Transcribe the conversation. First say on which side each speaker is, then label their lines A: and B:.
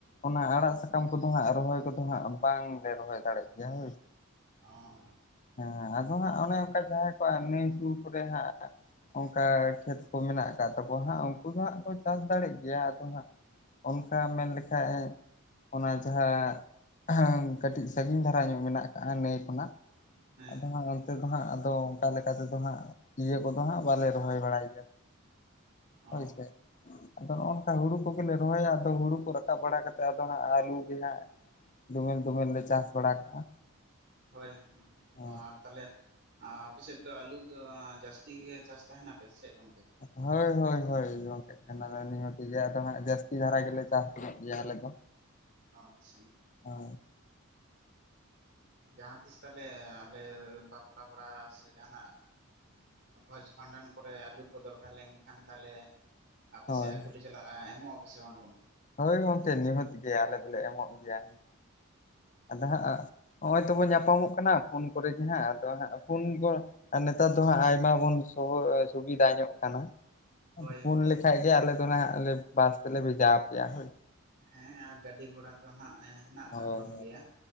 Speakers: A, on the left; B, on the right.
A: ᱚᱱᱟ ᱟᱲᱟᱜ ᱥᱟᱠᱟᱢ ᱠᱚᱫᱚ ᱦᱟᱸᱜ ᱨᱚᱦᱚᱭ ᱠᱚᱫᱚ ᱦᱟᱸᱜ ᱵᱟᱝᱞᱮ ᱨᱚᱦᱚᱭ ᱫᱟᱲᱮᱜ ᱜᱮᱭᱟ ᱦᱳᱭ᱾
B: ᱚᱸ᱾
A: ᱦᱮᱸ ᱟᱫᱚ ᱦᱟᱸᱜ ᱚᱱᱮ ᱚᱱᱠᱟ ᱡᱟᱦᱟᱸᱭ ᱠᱚᱣᱟᱜ ᱱᱟᱭ ᱥᱩᱨ ᱠᱚᱨᱮ ᱦᱟᱸᱜ ᱚᱱᱠᱟ᱾ ᱠᱷᱮᱛ ᱠᱚ ᱢᱮᱱᱟᱜ ᱟᱠᱟᱫ ᱛᱟᱠᱚᱣᱟ ᱦᱟᱸᱜ ᱩᱱᱠᱩ ᱫᱚ ᱦᱟᱸᱜ ᱠᱚ ᱪᱟᱥ ᱫᱟᱲᱮᱜ ᱜᱮᱭᱟ ᱟᱫᱚ ᱦᱟᱸᱜ᱾ ᱚᱱᱠᱟ ᱢᱮᱱ ᱞᱮᱠᱷᱟᱡ᱾ ᱚᱱᱟ ᱡᱟᱦᱟᱸ ᱠᱟᱹᱴᱤᱡ ᱥᱟᱺᱜᱤᱧ ᱫᱷᱟᱨᱟ ᱧᱚᱜ ᱢᱮᱱᱟᱜ ᱟᱠᱟᱜᱼᱟ ᱱᱟᱹᱭ ᱠᱷᱚᱱᱟᱜ᱾
B: ᱦᱮᱸ
A: ᱟᱫᱚ ᱦᱟᱸᱜ ᱚᱱᱛᱮ ᱫᱚ ᱦᱟᱸᱜ ᱟᱫᱚ ᱚᱱᱠᱟ ᱞᱮᱠᱟᱛᱮᱫᱚ ᱦᱟᱸᱜ ᱤᱭᱟᱹ ᱠᱚᱫᱚ ᱦᱟᱸᱜ ᱵᱟᱞᱮ ᱨᱚᱦᱚᱭ ᱵᱟᱲᱟᱭ᱾
B: ᱚ
A: ᱦᱳᱭ ᱥᱮ᱾ ᱟᱫᱚ ᱱᱚᱜᱼ ᱱᱚᱝᱠᱟ ᱦᱩᱲᱩ ᱠᱚᱜᱮᱞᱮ ᱨᱚᱦᱚᱭᱟ ᱟᱫᱚ ᱦᱩᱲᱩ ᱠᱚ ᱨᱟᱠᱟᱵ ᱵᱟᱲᱟ ᱠᱟ ᱠᱟᱛᱮᱮᱫ ᱟᱫᱚ ᱦᱟᱸᱜ ᱟᱹᱞᱩ ᱜᱮ ᱦᱟᱸᱜ᱾ ᱫᱚᱢᱮᱞ ᱫᱚᱢᱮᱞ ᱞᱮ ᱪᱟᱥ ᱵᱟᱲᱟ ᱠᱟᱜᱼᱟ᱾
B: ᱦᱳᱭ
A: ᱦᱮᱸ
B: ᱟᱨ᱾ ᱛᱟᱦᱚᱞᱮ ᱟᱯᱮᱥᱮᱫ ᱫᱚ ᱟᱹᱞᱩ ᱫᱚ ᱡᱟᱹᱥᱛᱤ ᱜᱮ ᱪᱟᱥ ᱛᱟᱦᱮᱱᱟᱯᱮ ᱥᱮ ᱪᱮᱫ ᱜᱚᱢᱠᱮ?
A: ᱦᱳᱭ ᱦᱳᱭ ᱦᱳᱭ ᱜᱚᱢᱠᱮ᱾ <unintelligible> ᱟᱫᱚ ᱦᱟᱸᱜ ᱡᱟᱹᱥᱛᱤ ᱫᱷᱟᱨᱟ ᱜᱮᱞᱮ ᱪᱟᱥ ᱧᱚᱜ ᱜᱮᱭᱟ ᱟᱞᱮ ᱫᱚ᱾
B: ᱟᱪᱷᱟ᱾
A: ᱟ
B: ᱡᱟᱦᱟᱸ ᱛᱤᱥ ᱛᱟᱞᱮ ᱟᱞᱮ ᱵᱟᱯᱞᱟ ᱵᱟᱲᱟ ᱥᱮ ᱡᱟᱦᱟᱱᱟᱜ᱾ ᱵᱷᱚᱡᱽ ᱵᱷᱟᱸᱰᱟᱱ ᱠᱚᱨᱮ ᱟᱹᱞᱩ ᱠᱚ ᱫᱚᱨᱠᱟᱨ ᱞᱮᱱᱠᱷᱟᱱ ᱛᱟᱦᱚᱞᱮ, ᱟᱯᱮ
A: ᱦᱳᱭ
B: ᱥᱮᱫ ᱟᱹᱜᱩ ᱞᱮ ᱪᱟᱞᱟᱜᱼᱟ ᱮᱢᱚᱜᱼᱟ ᱯᱮ ᱥᱮ ᱵᱟᱝ ᱜᱚᱢᱯᱮ?
A: ᱦᱳᱭ ᱜᱚᱢᱠᱮ ᱱᱤᱦᱟᱹᱛ ᱜᱮᱭᱟ ᱟᱞᱮ ᱫᱚᱞᱮ ᱮᱢᱚᱜ ᱜᱮᱭᱟ᱾ ᱟᱫᱚ ᱦᱟᱸᱜ ᱱᱚᱜᱼᱚᱭ ᱛᱚᱵᱚᱱ ᱧᱟᱯᱟᱢᱚᱜ ᱠᱟᱱᱟ ᱯᱷᱳᱱ ᱠᱚᱨᱮ ᱜᱮ ᱦᱟᱸᱜ ᱟᱫᱚ ᱦᱟᱸᱜ ᱯᱷᱳᱱ ᱠᱚ᱾ ᱟᱨ ᱱᱮᱛᱟᱨ ᱫᱚ ᱦᱟᱸᱜ ᱟᱭᱢᱟ ᱵᱚᱱ ᱥᱚᱦ ᱥᱩᱵᱤᱫᱷᱟ ᱧᱚᱜ ᱠᱟᱱᱟ᱾
B: ᱦᱳᱭ
A: ᱯᱷᱳᱱ
B: ᱦᱳᱭ
A: ᱞᱮᱠᱷᱟᱡ ᱜᱮ ᱟᱞᱮ ᱫᱚ ᱱᱟᱦᱟᱜ ᱞᱮ ᱵᱟᱥ ᱛᱮᱞᱮ ᱨᱤᱡᱟᱵᱷᱭᱟ ᱦᱳᱭ᱾
B: ᱦᱮᱸ ᱟᱨ ᱜᱟᱹᱰᱤ ᱜᱷᱚᱲᱟ ᱛᱚ ᱦᱟᱸᱜ ᱦᱮᱱᱟᱜ᱾ ᱛᱟᱵᱚᱱ
A: ᱦᱳᱭ
B: ᱜᱮᱭᱟ